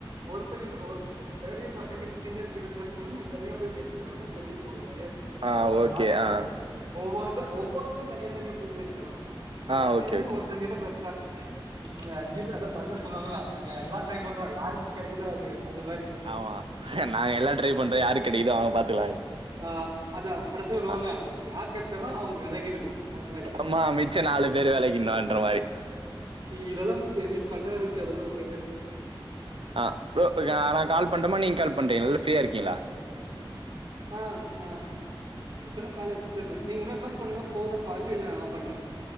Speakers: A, on the right; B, on the right.
A: ஒருத்தரு ஒருத்த தேர்ட் இயர் பசங்கிட்ட சீனியர் கிட்ட பேசனு நீ தனியா போய் பேசுந்தத விட சரின்னு ஒரு இ இருக்கு
B: ஆ
A: ஒரு
B: ஓகே
A: லாஜிக்
B: ஆ
A: இருந்துருக்கு ஒவ்வொருத்த ஒவ்வொருத்தரு தனியா தனியா போய் பேசிந்தா கூட எல்லா
B: ஆ
A: சேந்து
B: ஓகே ஓகே
A: ஒருத்தங்கிட்ட பேசுறா நாங்க அஞ்சு பேர் அதா படத்துல சொல்லுவாங்கள அங்க எல்லா பண்றோ யாருக்கு கெடைக்குதோ அதுவே அது மாரி
B: ஆமா நாங்க எல்லா ட்ரை பண்றோ யாரு கெடைக்குதோ அவங்க பாத்துக்கலானு
A: ஆ அதா படச்சு வருவாங்க
B: ஆ
A: யார் கெடச்சாலு அவங்க வெலகிடனு அத மாரி
B: ஆமா மிச்ச நாலு பேர் வேலைக்கின்னுன்ற மாரி
A: இதெல்லா சரி ஃபண்ணா ருந்ச்சு அதெல்லா கேக்குறப்போ
B: அ ப்ரோ நா கால் பண்ட்டுமா நீங்க கால் பண்றீங்க ல்ல ஃப்ரீயா இருக்கீங்ளா
A: ஆ நா எத்தன கால் ஆச்சுன்னு தெர்ல நீங்க ஒன்னு கால் பண்ணுங்க போத பாருங்க இல்ல நா பண்ற